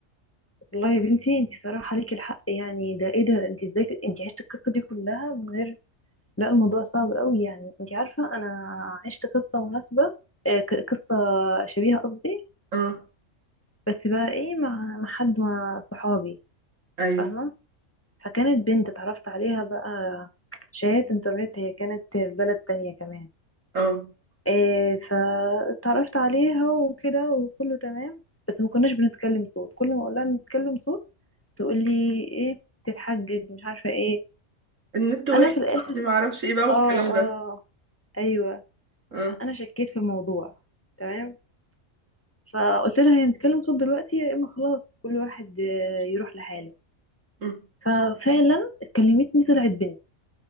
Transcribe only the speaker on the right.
اه
ايوه
اه
النت وحش
اصلي ما اعرفش ايه بقى
والكلام
ده
اه
أمم،